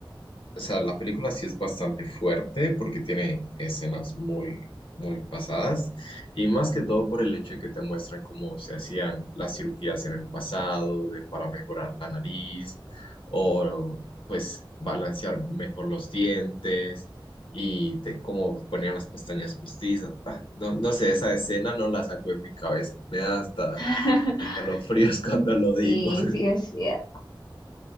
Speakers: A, on the left; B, on the left.
A: O sea, la película sí es bastante fuerte porque tiene escenas muy, muy pasadas y más que todo por el hecho de que te muestran cómo se hacían las cirugías en el pasado de, para mejorar la nariz o pues balancear mejor los dientes y te, cómo ponían las pestañas postizas. Ah, no, no sé, esa escena no la saco de mi cabeza. Me da hasta
B: <laughs>
A: hasta escalofríos <laughs> cuando lo digo.
B: sí
A: <laughs>
B: sí, es cierto.